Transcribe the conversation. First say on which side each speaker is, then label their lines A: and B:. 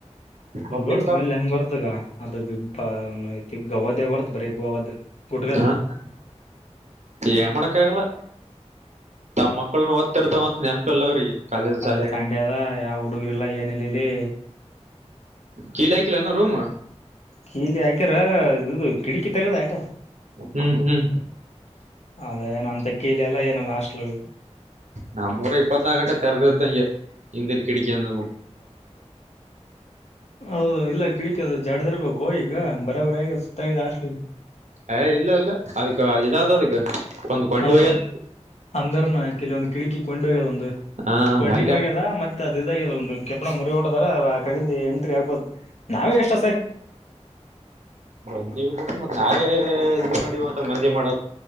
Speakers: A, on the right; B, on the left.
A: ಪಬ್ಲಿಕ್
B: ಇ ಲೋಡ್ ಸ್ಮೆಲ್ ಹೆಂಗ್ ಬರ್ದಗ. ಅದು ಬಿಬ ಗವಾದ ಅವರತ್ ಬರೀ ಗೋವಾಾದ ಗುಟುಕಾದ.
A: ಪ್ರಾಪರ್ಟಿ ಏನ್ ಮಾಡಕ ಆಗಲ್ಲ ತಮ್ಮ್ ಮಕ್ಕಳನು ಓದ್ತಿರ್ತವ ಅಂತ ನೆನಪಿಲ್ಲ ಅವ್ರಿಗೆ. ಕಾಲೇಜ್
B: ಅದ್ರಾಗ
A: ಶಾಲ್ಯಾಗ
B: ಸಂಡೆ ಅದ ಯಾವ ಹುಡುಗರಿಲ್ಲ ಏನೀಲ್ಲ ಇಲ್ಲಿ.
A: ಕೀಲಿ ಹಾಕ್ಕಿಲ್ಲ ಏನು ರೋಮ್.
B: ಕೀಲಿ ಹಾಕ್ಯಾರ ಇದು ಕಿಟಕಿ ತಗದ ಆಟ.
A: ಹ್ಮ್ ಹ್ಮ್
B: ಅದ ಏನ ಅಂತ ಕೀಲಿ ಎಲ್ಲ ಏನ ಹಾಸ್ಟಲ್ಡು.
A: ನಮ್ಮೂಊರ ಇಪ್ಪತನಾಕ್ಲು ಗಂಟೆ ತೆರೆದ ಇದಿದ್ದಂಗೆ ಹಿಂದಿನ ಕಿಟಕಿಂದ.
B: ಹೌದು ಇಲ್ಲ ಕಿಡಿಕ ಅದು ಜಡದರ್ಬೇಕು ಹೋಗಿ. ಈಗ ಬರಾಬರ ಆಗ ಸುತ್ತ ಲಾಸ್ಲಿ
A: ಏ ಇಲ್ಲ ಇಲ್ಲ ಅದಕ್ಕ ಇದಾದ ಅದಕ್ಕ ಒಂದ್ ಕೊಂಡಿ
B: ಹೌದ
A: ಹೋಗ್ಯದ
B: ಅಂದರ್ನ ಕೆಲೊಂದು ಕಿಡಿ ಅಕ್ಕಿ ಕೊಂಡ ಹೋಗ್ಯದ ಒಂದು
A: ಹಾ
B: ಕೊಂಡಿನ
A: ಅಲ್ಲೇ
B: ಹೋಗ್ಯದ ಮತ್ತೆ ಅ ಇದ ಒಂದು ಕೆಬ್ಣ ಮುರಿ ಡದಾರ ಕಳಿಂದ ಎಂಟ್ರಿ ಆಗ್ಬಹದು ನಾವೇ ಎಷ್ಟ
A: ಬಂದೀವಿ ಕೂಡಿ ಮತ್ ನಾವೇ ಇ ಮಾಡೀ ಮತ್ತ ಮಂದೆ ಮಾಡ